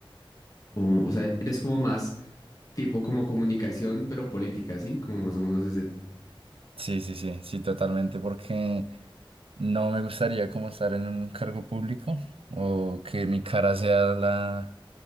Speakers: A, on the left; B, on the right.
A: O, o sea, eres como más tipo como comunicación, pero política, ¿sí? Como más o menos ese...
B: Sí, sí, sí, sí, totalmente, porque No me gustaría como estar en un cargo público o que mi cara sea la,